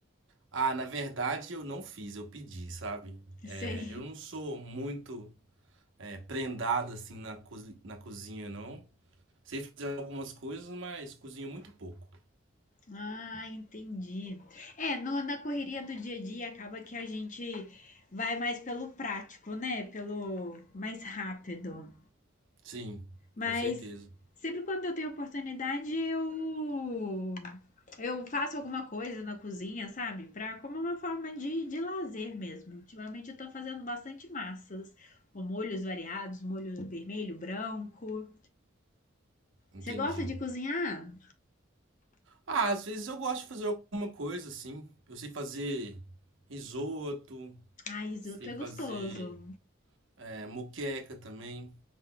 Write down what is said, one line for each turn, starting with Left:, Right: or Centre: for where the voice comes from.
Right: Ah, na verdade eu não fiz, eu pedi, sabe? É,
Left: Sei.
Right: eu não sou muito é, prendado assim na, cozi- na cozinha, não. Sei fazer algumas coisas, mas cozinho muito pouco.
Left: Ah, entendi. É, no- na correria do dia a dia acaba que a gente vai mais pelo prático, né? Pelo mais rápido.
Right: Sim,
Left: Mas
Right: com certeza.
Left: sempre quando eu tenho oportunidade, eu eu faço alguma coisa na cozinha, sabe? Pra, como uma forma de, de lazer mesmo. Ultimamente eu tô fazendo bastante massas, com molhos variados, molho vermelho, branco.
Right: Entendi.
Left: Você gosta de cozinhar?
Right: Ah, às vezes eu gosto de fazer alguma coisa assim. Eu sei fazer risoto,
Left: Ai, risoto
Right: sei
Left: é gostoso.
Right: fazer é, moqueca também,